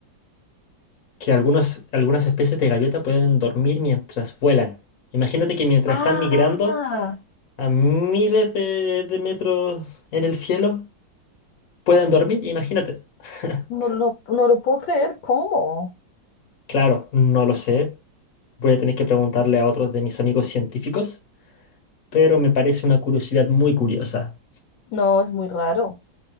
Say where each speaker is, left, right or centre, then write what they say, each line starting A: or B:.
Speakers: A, on the left; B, on the left.
A: que algunos, algunas especies de gaviota pueden dormir mientras vuelan. Imagínate que mientras
B: Ah,
A: están migrando a miles de, de metros en el cielo, pueden dormir, imagínate. <laughs>
B: no lo, no lo puedo creer, ¿cómo?
A: Claro, no lo sé. Voy a tener que preguntarle a otros de mis amigos científicos. pero me parece una curiosidad muy curiosa.
B: No, es muy raro,